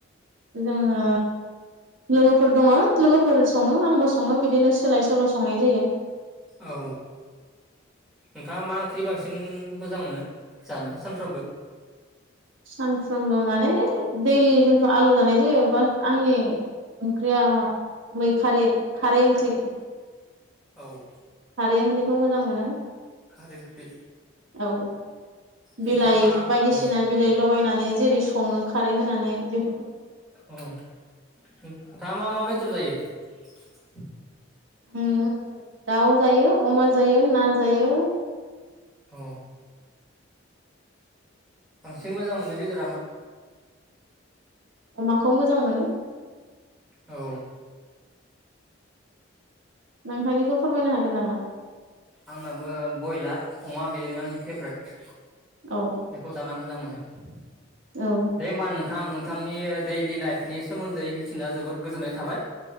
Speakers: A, on the right; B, in the centre.
A: जोङो लोगोफोर दङ लोगोफोर सङो आंबो सङो बिदिनो सोलाय सो सोल' संनाय जायो।
B: औ नोंथाङा मा ओंख्रि बांसिन मोजां मोनो जानो सानफ्रोमबो?
A: सानफ्रोमबो माने दैलि जोंथ' आलु जानाय जायो बा आंनि ओंख्रिया मैखारि खारै ओंख्रि।
B: औ
A: खारै ओंख्रिखौ मोजां मोनो
B: खारै ओंख्रि
A: औ
B: नोंथाङा
A: बिलाइ बायदिसिना
B: औ
A: बिलाइ लगायनानै जेरै सङो खारै होनानै बे
B: ओम नोंथाङा मा मा बेदर जायो? <inaudible>
A: ओम दाउ जायो अमा जायो ना जायो।
B: औ बांसिन मोजां मोननाय बेदरा मा?
A: अमाखौ मोजां मोनो।
B: औ
A: नोंथांनिखौ फोरमायनो हागोन नामा?
B: आंनाबो बयलार अमा बेनो आंनि फेबरेट।
A: औ
B: बेखौ जाना मोजां मोनो। <inaudible>
A: औ
B: दे होमबा नों थां नोंथांनि दैलि लाइफनि सोमोन्दै मिथिना जोबोर गोजोननाय थाबाय।